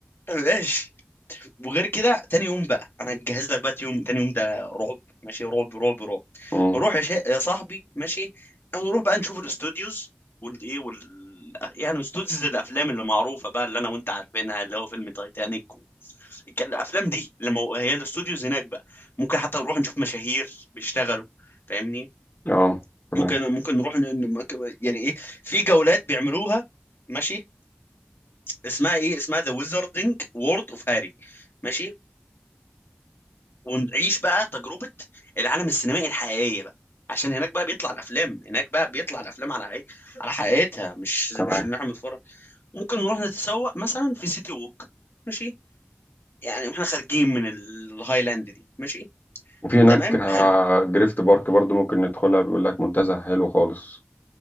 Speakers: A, on the left (about 70°); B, on the left (about 50°).
A: ماشي وغير كده تاني يوم بقى انا هجهز لك بقى تاني يوم تاني يوم ده رعب ماشي رعب رعب رعب
B: مم.
A: نروح يا, شا... يا صاحبي ماشي نروح بقى نشوف الاستوديوز والايه وال يعني استوديوز الافلام اللي معروفه بقى اللي انا وانت عارفينها اللي هو فيلم تايتانيك و... كان الافلام دي لما هو- هي الاستوديوز هناك بقى ممكن حتى نروح نشوف مشاهير بيشتغلوا فاهمني
B: اه تمام
A: ممكن ممكن نروح ن- ن- مك- يعني ايه في جولات بيعملوها ماشي اسمها ايه اسمها ذا ويزاردنج وورد اوف هاري ماشي ونعيش بقى تجربة العالم السينمائي الحقيقية بقى عشان هناك بقى بيطلع الافلام هناك بقى بيطلع الافلام على ايه على حقيقتها مش مش
B: تمام
A: اللي احنا بنتفرج ممكن نروح نتسوق مثلا في سيتي ووك ماشي يعني واحنا خارجين من الهايلاند دي ماشي
B: وفي هناك
A: تمام
B: آه،
A: حلو
B: جريفت بارك برضو ممكن ندخلها بيقول لك منتزه حلو خالص